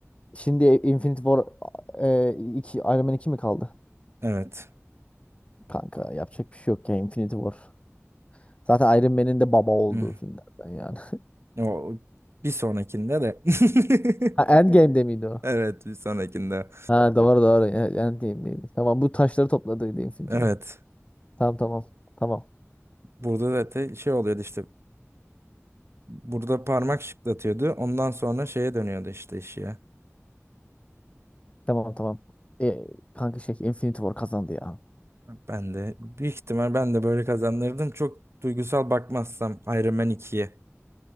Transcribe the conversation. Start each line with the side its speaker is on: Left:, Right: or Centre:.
Left: Şimdi Infinity War e, iki, Iron Man iki mi kaldı?
Right: Evet.
Left: Kanka yapacak bir şey yok ya Infinity War. Zaten Iron Man'in de baba olduğu
Right: Hı.
Left: filmlerden yani. <laughs>
Right: O bir sonrakinde de.
Left: Ha,
Right: <laughs>
Left: Endgame'de miydi o?
Right: Evet, bir sonrakinde.
Left: Ha doğru doğru. E- Endgame'deydi. Tamam bu taşları topladıydı Infinity
Right: Evet.
Left: War. Tamam tamam. Tamam.
Right: Burada da te- şey oluyordu işte Burada parmak şıklatıyordu. Ondan sonra şeye dönüyordu işte iş ya.
Left: Tamam tamam. E, kanka şey Infinity War kazandı ya.
Right: Ben de büyük ihtimal ben de böyle kazanırdım. Çok duygusal bakmazsam Iron Man 2'ye.